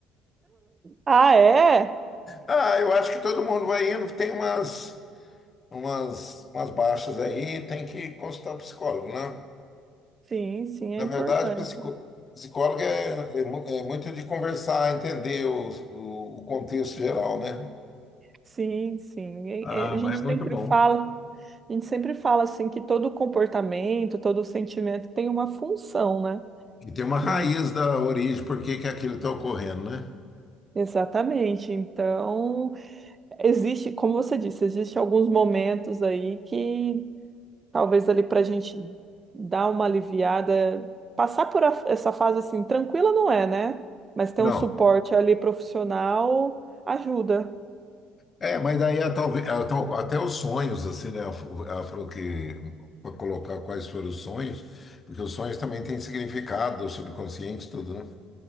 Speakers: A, on the right; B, on the left.
A: Ah, é?
B: Ah, eu acho que todo mundo vai indo, tem umas, umas, umas baixas aí, tem que consultar o psicólogo, né?
A: Sim, sim, é
B: Na
A: importante.
B: verdade, psico- psicólogo é, é, mu- é muito de conversar, entender o, o, o contexto geral, né?
A: Sim, sim. É-
B: Ah,
A: é, A gente
B: mas é muito
A: sempre
B: bom.
A: fala, a gente sempre fala assim que todo comportamento, todo sentimento tem uma função, né?
B: E tem uma raiz
A: Hum,
B: da origem, por que que aquilo está ocorrendo, né?
A: Exatamente. Então, Existe, como você disse, existe alguns momentos aí que talvez ali para a gente dar uma aliviada, passar por a- essa fase assim, tranquila não é, né? Mas ter
B: Não.
A: um suporte ali profissional ajuda.
B: É, mas daí é talvez é tal- até os sonhos, assim, né? Ela fa- ela falou que para colocar quais foram os sonhos, porque os sonhos também têm significado, o subconsciente, tudo, né?